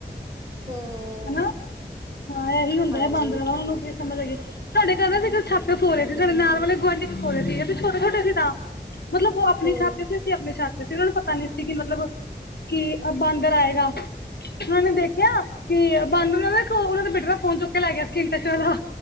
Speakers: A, on the right (about 25°); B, on the left (about 70°).
A: ਹੂੰ,
B: ਹੈਨਾ ਹਾਂ ਇਹੀ ਹੁੰਦਾ
A: ਹਾਂਜੀ
B: ਹੈ ਬਾਂਦਰਾਂ ਦਾ ਹੁਣ ਸਮਝ ਹੈਗੀ ਸਾਡੇ ਘਰ ਨਾ ਅਸੀ ਛੱਤ ਤੇ ਸੋ ਰਹੇ ਸੀ ਸਾਡੇ ਨਾਲ ਵਾਲੇ ਗੁਆਂਢੀ ਵੀ ਸੋਰੇ ਸੀ ਅਸੀਂ ਛੋਟੇ-ਛੋਟੇ ਸੀ ਤਾਂ। ਮਤਲਬ ਉਹ ਅਪਣੀ
A: ਹੂੰ,
B: ਛਤ ਤੇ ਸੀ ਅਸੀਂ ਅਪਣੀ ਛਤ ਤੇ ਸੀ ਉਹਨਾਂ ਨੂੰ ਪਤਾ ਨੀ ਸੀ ਕਿ ਮਤਲਬ ਕੀ ਅ ਬਾਂਦਰ ਆਏਗਾ। ਉਹਨਾਂ ਨੇ ਦੇਖਿਆ ਕਿ ਬਾੰਦਰ ਨਾ ਉਹਨਾ ਦੇ ਬੇਟੇ ਦਾ ਫੋਨ ਚੁੱਕ ਕੇ ਲੈ ਗਿਆ ਸਕ੍ਰੀਨ ਟੱਚ ਵਾਲਾ।